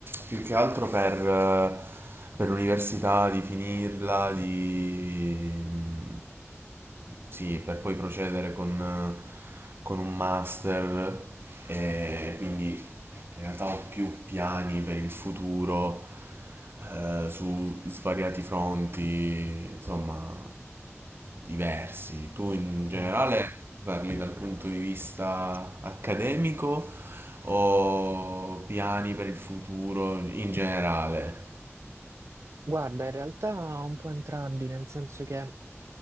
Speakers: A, on the right; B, on the right.
A: più che altro per, eh, per l'università, di finirla, di... mm, sì, per poi procedere con, eh, con un master e quindi In realtà ho più piani per il futuro eh, su svariati fronti, insomma, diversi. Tu in generale
B: Mm.
A: parli dal punto di vista accademico o piani per il futuro in generale?
B: Guarda, in realtà un po' entrambi, nel senso che